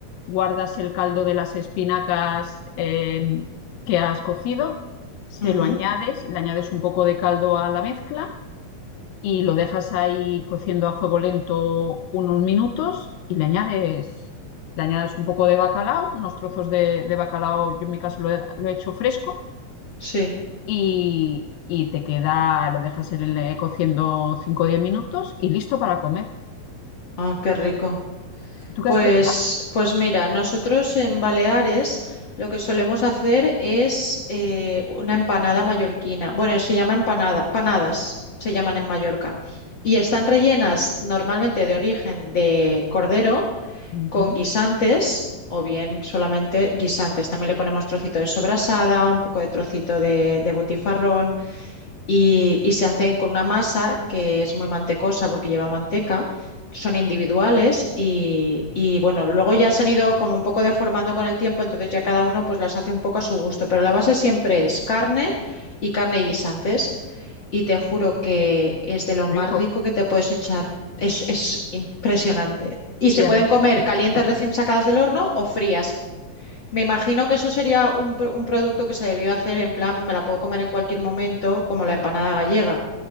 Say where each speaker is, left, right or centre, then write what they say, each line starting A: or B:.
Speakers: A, on the left (about 85°); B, on the left (about 45°).
A: guardas el caldo de las espinacas eh, que has cocido, se
B: ujú,
A: lo añades, le añades un poco de caldo a la mezcla y lo dejas ahí cociendo a fuego lento unos minutos y le añades, le añades un poco de bacalao, unos trozos de, de bacalao, yo en mi caso lo he, lo he hecho fresco
B: Sí.
A: y, y te queda, lo dejas en el, cociendo 5 o 10 minutos y listo para comer.
B: Ah, qué rico.
A: ¿Tú qué
B: Pues,
A: has preparado?
B: pues mira, nosotros en Baleares lo que solemos hacer es eh, una empanada mallorquina. Bueno, se llama empanada, panadas se llaman en Mallorca. Y están rellenas normalmente de origen de cordero
A: Ujú,
B: con guisantes o bien solamente guisantes. También le ponemos trocito de sobrasada, un poco de trocito de, de butifarrón. y, y se hacen con una masa que es muy mantecosa porque lleva manteca. Son individuales y, y, bueno, luego ya se han ido como un poco deformando con el tiempo, entonces ya cada uno pues las hace un poco a su gusto, pero la base siempre es carne y carne y guisantes y te juro que es de lo
A: qué rico.
B: más rico que te puedes echar. Es, es impresionante. Y
A: Y
B: se pueden
A: además,
B: comer calientes recién sacadas del horno o frías. Me imagino que eso sería un, pro- un producto que se debió hacer en plan, me la puedo comer en cualquier momento, como la empanada gallega,